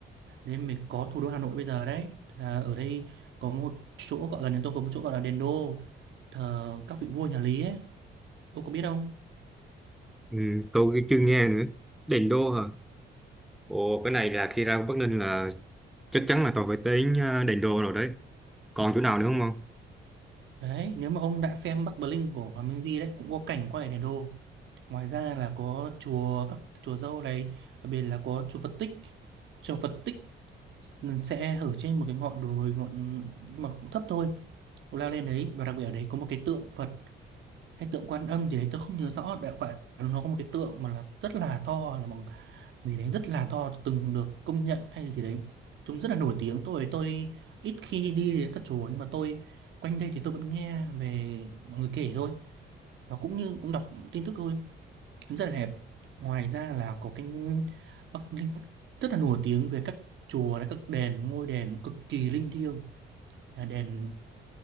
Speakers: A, on the right (about 70°); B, in the centre.
A: nên mới có thủ đô Hà Nội bây giờ đấy Thế là ở đây có một chỗ gọi gần đến tôi có một chỗ gọi là đền đô thờ các vị vua nhà Lý ấy ông có biết không
B: ừ, tôi chưa nghe nữa đền đô hả ồ cái này là khi ra Bắc Ninh là chắc chắn là tôi phải đến à, đền đô rồi đấy còn chỗ nào nữa không không
A: Đấy, nếu mà ông đã xem Bắc Bling của Hoàng Minh Di đấy cũng có cảnh quay ở đèn đô. Ngoài ra là có chùa các chùa Dâu này, đặc biệt là có chùa Phật Tích. Chùa Phật Tích sẽ ở trên một cái ngọn đồi ngọn nhưng mà cũng thấp thôi. Ông leo lên đấy và đặc biệt ở đấy có một cái tượng Phật hay tượng Quan Âm gì đấy tôi không nhớ rõ, đại loại là nó có một cái tượng mà là rất là to là bằng gì đấy rất là to từng được công nhận hay gì đấy chúng rất là nổi tiếng tôi tôi ít khi đi đến các chùa nhưng mà tôi quanh đây thì tôi vẫn nghe về mọi người kể thôi và cũng như cũng đọc tin tức thôi cũng rất là đẹp ngoài ra là có cái Bắc Ninh rất là nổi tiếng về các chùa này các đền ngôi đền cực kỳ linh thiêng À, đèn